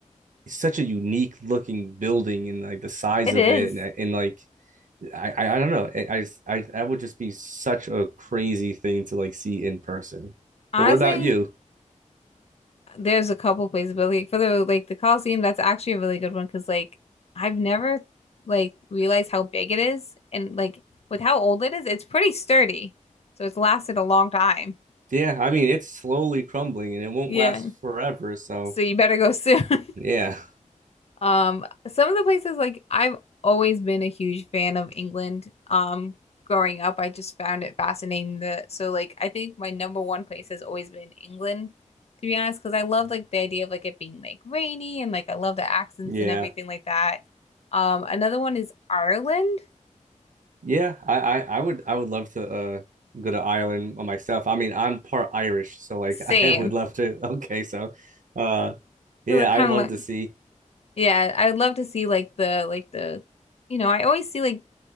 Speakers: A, on the right; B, on the left.
A: it's such a unique looking building and like the size
B: it
A: of
B: is.
A: it and, and like I, I I don't know I, I that would just be such a crazy thing to like see in person.
B: Honestly,
A: But what about you?
B: there's a couple places, but like for the like the Coliseum, that's actually a really good one because like I've never like realized how big it is and like with how old it is, it's pretty sturdy. So it's lasted a long time.
A: Yeah, I mean it's slowly crumbling and it won't
B: Yeah.
A: last forever. So
B: So you better go soon. <laughs>
A: yeah,
B: Um, some of the places like I've always been a huge fan of England. Um, growing up, I just found it fascinating that so like I think my number one place has always been England, to be honest, because I love like the idea of like it being like rainy and like I love the accents
A: yeah,
B: and everything like that. Um, another one is Ireland.
A: yeah. I I, I would I would love to uh go to Ireland myself. I mean I'm part Irish, so like
B: Same.
A: <laughs> I would love to. Okay, so uh yeah,
B: So it kind
A: I'd love
B: of like
A: to see.
B: yeah, I would love to see like the like the you know, I always see like